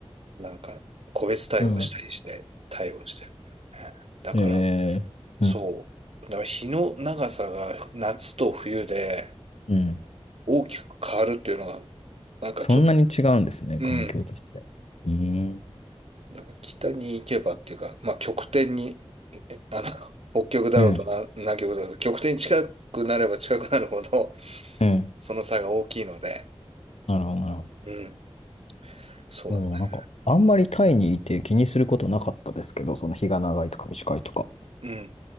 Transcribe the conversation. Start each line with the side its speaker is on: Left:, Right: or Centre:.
Right: なんか、個別対応したりして、
Left: <laughs> うん。
Right: 対応してる。だから、
Left: え
Right: そう。
Left: えうん。
Right: だから日の長さが夏と冬で、
Left: うん。
Right: 大きく変わるっていうのは、なんかちょっと、
Left: そんなに違うんですね、
Right: うん。
Left: 環境として。うーん。
Right: だから北に行けばっていうか、まあ極点に、あの、北極だろうとな南極だろうと、
Left: うん。
Right: 極点に近くなれば近くなるほど、
Left: うん。
Right: その差が大きいので、
Left: なるほどなるほど。
Right: うん。そうだね。
Left: もうなんか、あんまりタイにいて気にすることなかったですけど、その日が長いとか短いとか。
Right: うん。